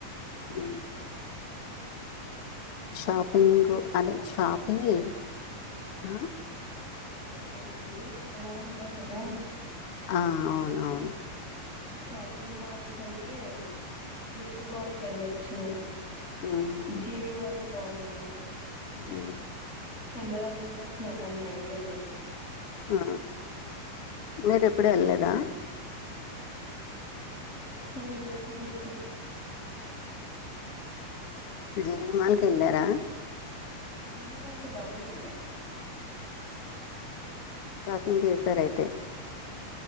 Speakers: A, on the left; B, on the left.
A: హ్మ్ షాపింగు
B: ఒక్కొక్క ఊర్లో ఒక్కొక్కలా
A: అదే షాపింగే
B: ఉంటాయి కదా
A: ఆ
B: ఒక్కొక్క ఊరిలో ఒక్కొక్కలా ఉంటాయి కదా
A: ఆ అవును అవును
B: షాపింగ్ మాల్స్ అంటే జీవి మాల్ కి ఎళ్ళొచ్చు
A: మ్మ్
B: జీవి వాళ్ళ బావుంటాయి
A: మ్మ్
B: చందన బ్రదర్స్ నాకు అంత ఐడియా లేదు
A: ఆ మీరు ఎప్పుడు ఎళ్లేదా
B: ఎప్పుడో ఒకసారి వెళ్ళినట్టు గుర్తు
A: జివి మాాల్కి వెళ్ళార
B: జీవిమాల్ లో బానే ఉంటాయి
A: షాపింగ్ చేసారయితే